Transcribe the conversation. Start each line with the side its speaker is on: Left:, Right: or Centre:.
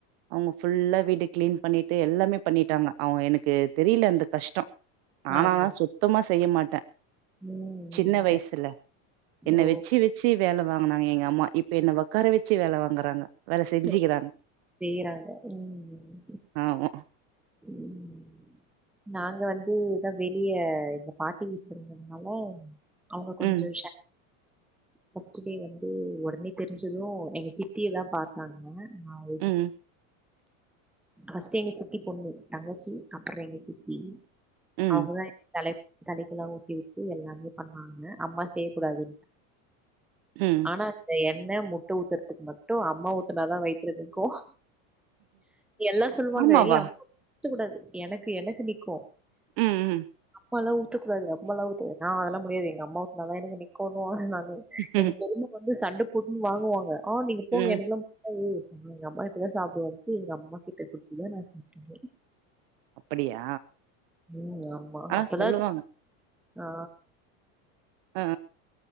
Right: அவங்க ஃபுல்லா வீட்ட க்ளீன் பண்ணிட்டு எல்லாமே பண்ணிட்டாங்க அவங்க எனக்கு தெரில அந்த கஷ்டோ ஆனா
Centre: ஆமா.
Right: நா சுத்தமா செய்ய மாட்ட
Centre: ம்.
Right: சின்ன
Centre: ம்.
Right: வயசுல
Centre: க
Right: என்ன
Centre: ஓ!
Right: வச்சி வ ச்சி வேல வாங்குனாங்க எங்க அம்மா இப்ப என்ன உக்கார வச்சி வேல வாங்குறாங்க வேற செஞ்சீங்கறா
Centre: ஓ செய்றாங்க. ம்.
Right: ஆவோ
Centre: <inaudible> நாங்க வந்து இதா வெளிய எங்க பாட்டி வீட்டுக்கு வந்தனால அவங்க கொஞ்சோ
Right: ம்
Centre: ஷ ஃபர்ஸ்ட் டே வந்து உடனே தெரிஞ்சது எங்க சித்தியதா பாத்தாங்க ஆ <inaudible>
Right: ம்
Centre: ஃபர்ஸ்ட் எங்க சித்தி பொண்ணு தங்கச்சி அப்பறோ எங்க சித்தி
Right: ம்
Centre: அவங்கதா எங்க தலைவி தலைக்கெல்லா ஊத்தி விட்டு எல்லாமே பண்ணாங்க அம்மா செய்யக்கூடாது
Right: ம்
Centre: ஆனா அந்த எண்ணெ முட்ட ஊத்துறதுக்கு மட்டு அம்மா ஊத்துனாதா வைத்துல நிக்கு எல்லா சொல்லுவாங்க
Right: ஆமாவா
Centre: யே அம்மா ஊத்த கூடாது எனக்கு எனக்கு நிக்கு
Right: ம் ம்
Centre: அம்மாலா ஊத்த கூடாது அம்மாலா ஊத்த கூடாது நா அதெல்லா முடியாது எங்க அம்மா ஊத்துனாதா எனக்கு நிக்குணு வ எனக்கு
Right: ம்
Centre: தெரிஞ்சு ரொம்ப சண்ட போட்டு வாங்குவாங்க ஆ நீங்க போங்க
Right: ம்
Centre: எனக்கெல்லா ஒ எங்க அம்மா கிட்டதா சாப்பிடுவேன்டு எங்க அம்மா கிட்ட குடுதுதா நா சாப்ட்டே
Right: அப்படியா
Centre: ம் ஆமா
Right: ஆனா
Centre: அப்பதா
Right: சொல்லுவாங்க
Centre: ஆ
Right: ஆ